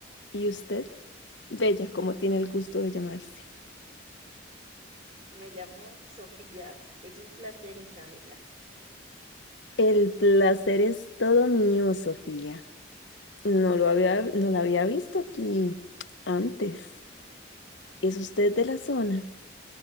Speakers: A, on the left; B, on the right.
A: ¿Y usted? Bella, como tiene el gusto de llamarse.
B: Me llamo Sofía. Es un placer, Isabela.
A: El placer es todo mío, Sofía. No lo había, no la había visto aquí antes. ¿Es usted de la zona?